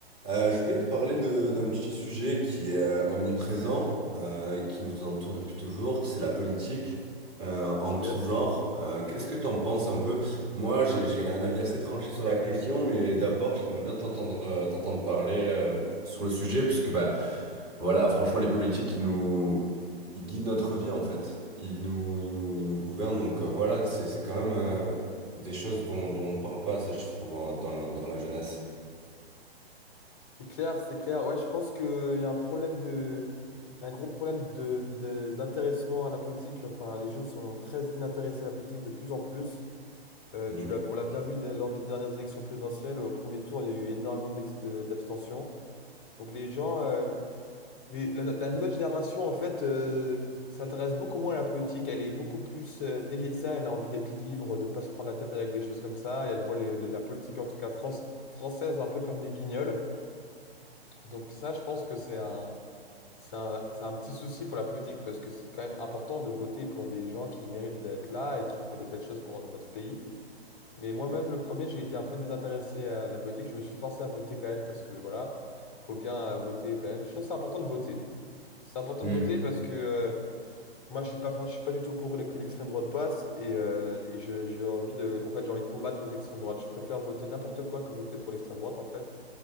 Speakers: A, on the right; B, on the left.
A: Euh, je voulais te parler de- d'un petit sujet qui est euh, omniprésent, euh, qui nous entoure depuis toujours, c'est la politique euh, en
B: Yes.
A: tout genre. Euh, qu'est-ce que t'en penses un peu? Moi, j'ai, j'ai un avis assez tranché sur la question, mais d'abord, j'aimerais bien t'entendre euh, t'entendre parler euh, sur le sujet, puisque bah, voilà, franchement, les politiques, ils nous, ils guident notre vie en fait. Ils nous, ils nous, ils nous gouvernent. Donc euh, voilà, c'est, c'est quand même euh, des choses dont, dont on parle pas assez, je trouve, en- dans la, dans la jeunesse.
B: C'est clair, c'est clair. Ouais, je pense qu'il y a un problème de... un gros problème de, de- d'intéressement à la politique. Enfin, les jeunes sont très inintéressés à la politique de plus en plus. Euh,
A: Mm.
B: tu l'as, on l'a bien vu dès- lors des dernières élections présidentielles. Au premier tour, il y a eu énormément d'ex- de- d'abstention. Donc les gens, euh, les- la, la nouvelle génération, en fait, euh, s'intéresse beaucoup moins à la politique. Elle est beaucoup plus euh, déliée de ça. Elle a envie d'être libre, de pas se prendre la tête avec des choses comme ça. Et elle voit les- les- la politique, en tout cas France, française, un peu comme des guignols. Donc ça, je pense que c'est un, c'est un, c'est un petit souci pour la politique parce que c'est quand même important de voter pour des gens qui méritent d'être là et qui font des belles choses pour notre pays. Mais moi-même, le premier, j'ai été un peu désintéressé à la politique. Je me suis forcé à voter quand même parce que voilà, il faut bien euh, voter quand même. Je trouve que c'est important de voter. C'est important
A: Mm.
B: de voter parce que euh, moi, je suis pas, for- je suis pas du tout pour que l'extrême droite passe et, euh, et je- j'ai envie de, en fait, j'ai envie de combattre contre l'extrême droite. Je préfère voter n'importe quoi que voter pour l'extrême droite, en fait.